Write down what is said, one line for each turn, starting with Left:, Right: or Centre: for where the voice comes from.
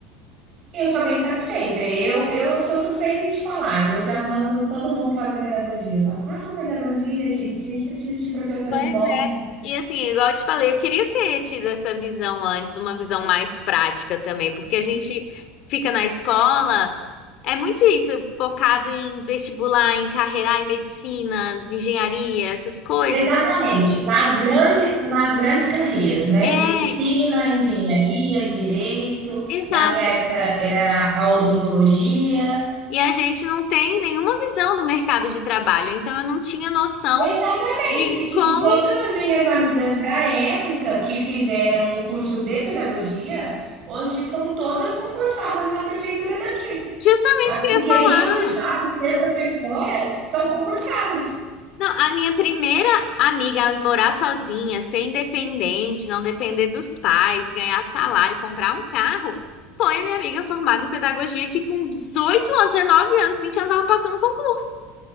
Right: eu sou bem satisfeita. Eu, eu sou suspeita de falar. Eu já mando todo mundo fazer pedagogia. Eu falo, façam pedagogia, gente. A gente precisa de professores
Left: Pois
Right: bons.
Left: é. E assim, igual eu te falei, eu queria ter tido essa visão antes, uma visão mais prática também, porque a gente fica na escola, é muito isso, focado em vestibular, em carreira, em medicinas, engenharia, essas coisas.
Right: Exatamente. Nas grandes nas grandes carreiras, né?
Left: É,
Right: Medicina, engenharia, direito.
Left: exato.
Right: Na minha época era a odontologia.
Left: E a gente não tem nenhuma visão do mercado de trabalho, então eu não tinha noção
Right: Exatamente.
Left: de
Right: E, tipo,
Left: como
Right: todas as minhas amigas da época que fizeram o curso de pedagogia, hoje são todas concursadas na prefeitura daqui.
Left: justamente
Right: As
Left: que eu
Right: que
Left: ia
Right: queriam
Left: falar.
Right: de fato ser professoras são concursadas.
Left: Não, a minha primeira amiga a morar sozinha, ser independente, não depender dos pais, ganhar salário, comprar um carro, foi minha amiga formada em pedagogia que com 18 anos, 19 anos, 20 anos, ela passou no concurso,